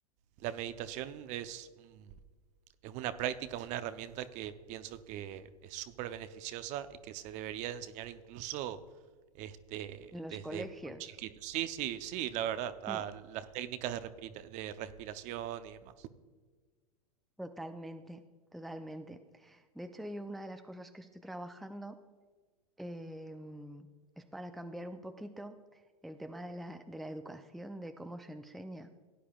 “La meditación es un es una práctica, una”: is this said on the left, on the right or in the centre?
Right